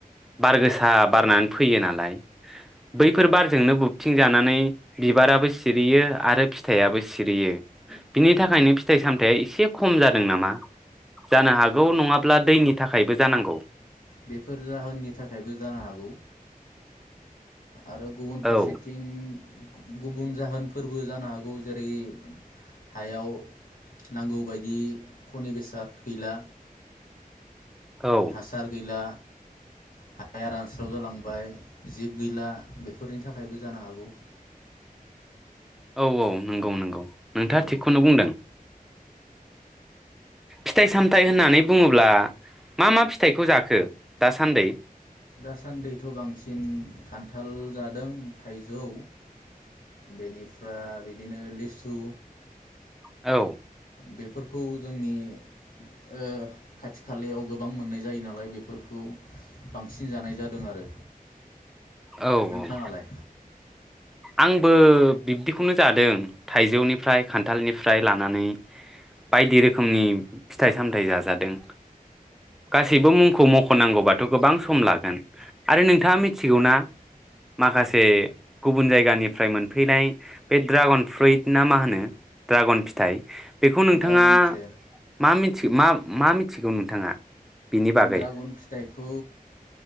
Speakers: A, in the centre; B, on the left.
A: बार गोसा बारनानै फैयो नालाय बैफोर बारजोंनो बबथिं जानानै बिबाराबो सिरियो आरो फिथाइयाबो सिरियो बिनि थाखायनो फिथाइ सामथाइया एसे खम जादों नामा जानो हागौ
B: औ
A: नङाब्ला दैनि थाखायबो जानांगौ
B: बेफोर जाहोननि थाखायबो जानो हागौ आरो गुबुन फारसेथिं
A: औ
B: गुबुन जाहोनफोरबो जानो हागौ जेरै हायाव नांगौबायदि खनि बेसाद गैला
A: औ
B: हासार गैला हाया रानस्राव जालांबाय जिब गैला बेफोरनि थाखायबो जानो हागौ
A: औ औ नंगौ नंगौ नोंथाङा
B: औ
A: थिगखौनो बुंदों फिथाइ सामथायाइ होननानै बुङोब्ला मा मा फिथाइखौ जाखो दासानदै
B: दासानदैथ' बांसिन खानथाल जादों थाइजौ बेनिफ्राय बिदिनो लिसु
A: औ
B: बेफोरखौ जोंनि ओ खाथि खालायाव गोबां मोननाय जायो नालाय बेफोरखौ बांसिन जानाय जादों आरो
A: औ
B: नोंथाङालाय
A: औ आंबो बिबदिखौनो जादों थाइजौनिफ्राय खानथालनिफ्राय लानानै बायदि रोखोमनि फिथाइ सामथायाइ जाजादों गासैबो मुंखौ मख'नांगौबाथ' गोबां सम लागोन आरो नोंथाङा मिथिगौना माखासे
B: औ
A: गुबुन जायगानिफ्राय मोनफैनाय बे ड्रागन फ्रुइट ना मा होनो ड्रागन फिथाइ बेखौ नोंथाङा
B: ड्रागन फिथाइ
A: मा मिथि मा मा मिथिगौ नोंथाङा बिनि बागै
B: ड्रागन फिथाइखौथ'